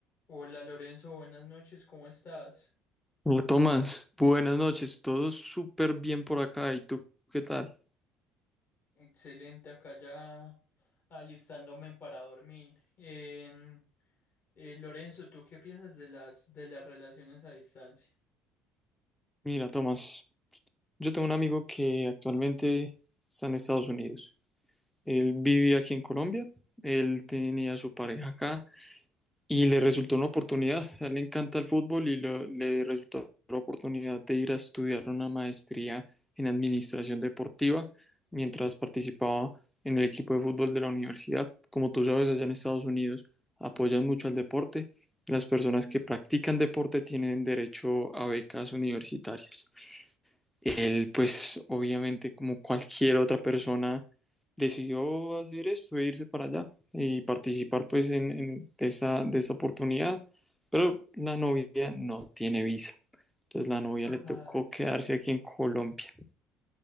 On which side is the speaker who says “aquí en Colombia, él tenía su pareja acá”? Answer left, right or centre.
Centre